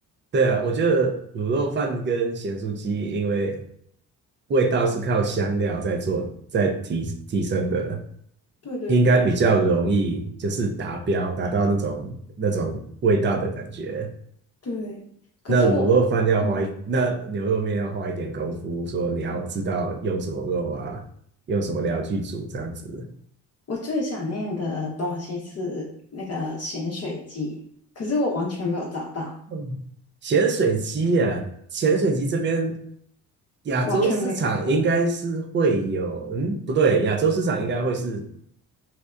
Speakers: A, on the right; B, on the left.
A: 对啊，我觉得卤肉饭跟咸酥鸡，因为味道是靠香料在做，在提提升的，
B: 对对对
A: 应该比较容易就是达标，达到那种那种味道的感觉。
B: 对，可是我我嗯，
A: 那卤肉饭要花一那牛肉面要花一点功夫，说你要知道用什么肉啊，用什么料去煮这样子。
B: 我最想念的东西是那个咸水鸡，可是我完全没有找到，
A: 嗯咸水鸡呀、咸水鸡这边亚洲市场应该是会有，
B: 完全没看过。
A: 嗯，不对，亚洲市场应该会是